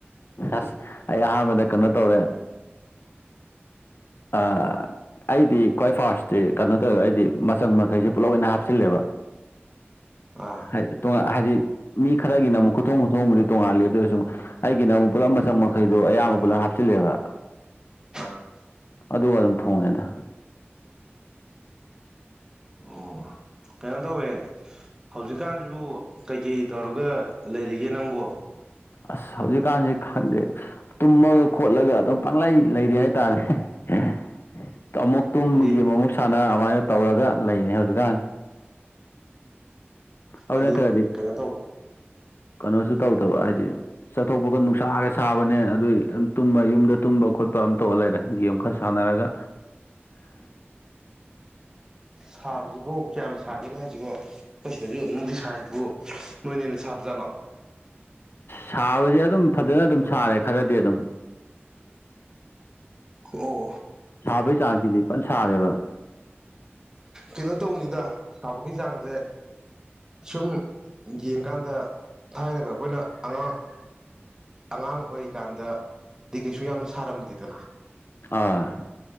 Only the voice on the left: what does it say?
ꯑꯁ ꯑꯩ ꯑꯍꯥꯟꯕꯗ ꯀꯩꯅꯣ ꯇꯧꯔꯦ ꯑ ꯑꯩꯗꯤ ꯈ꯭ꯋꯥꯏ ꯐꯥꯔꯁꯇꯤ ꯀꯅꯣ ꯇꯧꯋꯦ ꯑꯩꯗꯤ ꯃꯆꯪ ꯃꯈꯩꯁꯤ ꯄꯨꯂꯞ ꯑꯣꯏꯅ ꯍꯥꯞꯆꯤꯜꯂꯦꯕ
ꯍꯥꯏ ꯇꯣꯉꯥ ꯍꯥꯏꯗꯤ ꯃꯤ ꯈꯔꯒꯤꯅ ꯑꯃꯨꯛ ꯈꯨꯊꯣꯡ ꯈꯨꯊꯣꯡꯕꯨꯗꯤ ꯇꯣꯡꯉꯥꯜꯂꯤ ꯑꯗꯨ ꯑꯣꯏꯁꯨ ꯑꯩꯒꯤꯅ ꯑꯃꯨꯛ ꯄꯨꯂꯞ ꯃꯁꯛ ꯃꯈꯩꯗꯣ ꯑꯌꯥꯝꯕ ꯄꯨꯜꯂꯞ ꯍꯥꯞꯆꯤꯜꯂꯦꯕ
ꯑꯗꯨꯒ ꯑꯗꯨꯝ ꯊꯣꯡꯉꯦꯗ
ꯑꯁ ꯍꯧꯖꯤꯛꯀꯥꯟꯖꯦ ꯈꯪꯗꯦ ꯇꯨꯝꯃꯒ ꯈꯣꯠꯂꯒ ꯑꯗꯨꯝ ꯄꯥꯡꯂꯩ ꯂꯩꯔꯤ ꯍꯥꯏꯇꯥꯔꯦ ꯍꯦ ꯍꯦ ꯑꯃꯨꯛ ꯇꯨꯝꯒꯤ
ꯑꯃꯃꯨꯛ ꯁꯥꯟꯅ ꯑꯗꯨꯃꯥꯏꯅ ꯇꯧꯔꯒ ꯂꯩꯅꯤ ꯍꯧꯖꯤꯛꯀꯥꯟ ꯑꯗꯨ
ꯅꯠꯇ꯭ꯔꯗꯤ
ꯀꯅꯣꯁꯨ ꯇꯧꯗꯕ ꯍꯥꯏꯗꯤ ꯆꯠꯊꯣꯛꯄꯒ ꯅꯨꯡꯁꯥꯒ ꯁꯥꯕꯅꯦ ꯑꯗꯨꯏ ꯑꯗꯨꯝ ꯇꯨꯝꯕ ꯌꯨꯝꯗ ꯇꯨꯝꯕ ꯈꯣꯠꯄ ꯑꯗꯨꯝ ꯇꯧꯔ ꯂꯩꯔꯦ ꯒꯦꯝ ꯈꯔ ꯁꯥꯟꯅꯔꯒ
ꯁꯥꯕꯖꯦ ꯑꯗꯨꯝ ꯐꯖꯅ ꯑꯗꯨꯝ ꯁꯥꯔꯦ ꯈꯔꯗꯤ ꯑꯗꯨꯝ
ꯁꯥꯕꯩ ꯆꯥꯡꯁꯤꯗꯤ ꯐꯟ ꯁꯥꯔꯦꯕ
ꯑꯥ